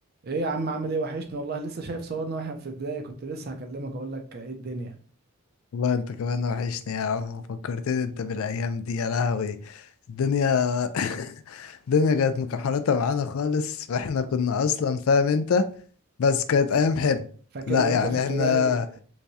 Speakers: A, on the right (about 45°); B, on the left (about 70°).
A: ايه يا عم عامل ايه وحشني والله لسه شايف صورنا واحنا في ابتدائي كنت لسه هكلمك اقول لك ايه الدنيا
B: والله انت كمان وحشني يا عم فكرتني انت بالايام دي يا لهوي الدنيا <laughs> الدنيا كانت مكحرتة معانا خالص فاحنا كنا اصلا فاهم انت بس كانت ايام حلوه
A: فاكر
B: لا
A: وانت
B: يعني
A: في ابتدائي
B: احنا